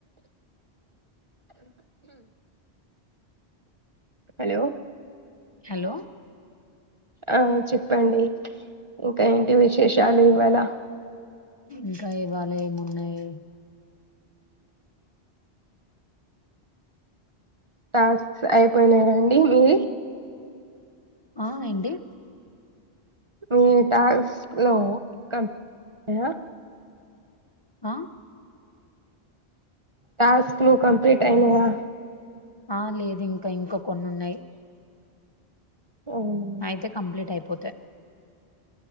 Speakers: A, on the right (about 30°); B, on the left (about 30°).
A: హలో
B: హలో
A: ఆ చెప్పండి ఇంకా ఏంటి విశేషాలు ఇవ్వాళ
B: ఇంకా ఇవ్వాళ ఏమున్నాయి
A: టాస్క్స్ అయిపోయినాయాండి మీవి
B: ఆ ఏండి
A: మీ టాస్స్ లో కంప్లీట్ అయ్య
B: ఆ
A: టాస్క్లు కంప్లీట్ అయినాయా
B: ఆ లేదు ఇంకా, ఇంకా కొన్ని ఉన్నాయి
A: అవునా
B: అయితే కంప్లీట్ అయిపోతాయ్